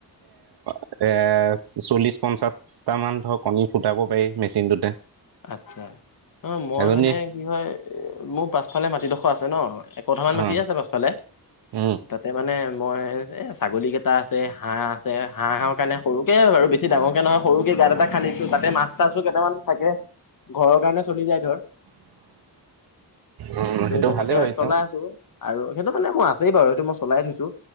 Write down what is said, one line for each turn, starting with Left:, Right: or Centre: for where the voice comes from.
Right: এৰ এ চল্লিশ পঞ্চাশটা মান ধৰক কণী ফুটাব পাৰি মেচিনটোতে,।
Left: আচ্ছা অ মই
Right: এজনী
Left: মানে কি হয় মোৰ পাছফালে মাটিডোখৰ আছে ন কথামান মাতি
Right: অ
Left: আছে পাছফালে
Right: উম,
Left: তাতে মানে মই এ ছাগলী কেইটা আছে হাঁহ আছে হাঁহ হাঁৰ কাৰণে সৰুকে বাৰু বেছি ডাঙৰকে নহয় সৰুকেই গাত এটা খান্দি তাতে মাছ টাছো কেইটামান থাকে ঘৰৰ কাৰণে চলি যায় ধৰ।
Right: উম,
Left: সেইটো তেনেকে
Right: ভালেই ভাবিছা।
Left: চলাই আছো আৰু সেইটো মানে মোৰ আছেই বাৰু সেইটো মই চলাই থৈছো।